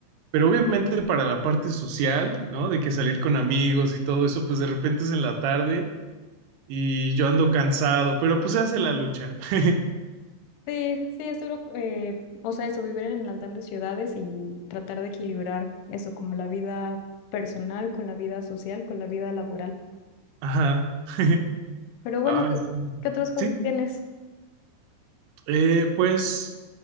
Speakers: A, on the right (about 75°); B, on the left (about 80°).
A: Pero obviamente para la parte social, ¿no? De que salir con amigos y todo eso, pues de repente es en la tarde y yo ando cansado, pero pues se hace la lucha. <laughs>
B: Sí, sí, es duro, eh, o sea, eso, vivir en las grandes ciudades y tratar de equilibrar eso, como la vida personal con la vida social, con la vida laboral.
A: Ajá. <laughs>
B: Pero bueno,
A: Ay,
B: ¿qué,
A: sí.
B: qué otros hobbies
A: Sí,
B: tienes?
A: eh, pues,